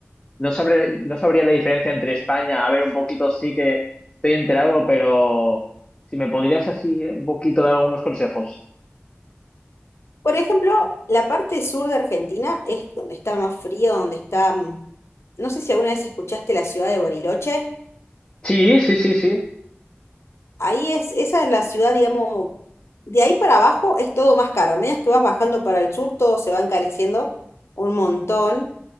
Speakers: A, on the left (about 20°); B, on the left (about 80°).
A: no sabré- no sabría la diferencia entre España. A ver, un poquito sí que estoy enterado, pero si me podrías así un poquito dar algunos consejos.
B: Por ejemplo, la parte sur de Argentina es donde está más frío, donde está... mm, No sé si alguna vez escuchaste la ciudad de Bariloche.
A: Sí, sí, sí, sí.
B: Ahí es, esa es la ciudad, digamos, de ahí para abajo es todo más caro. A medida que vas bajando para el sur, todo se va encareciendo un montón.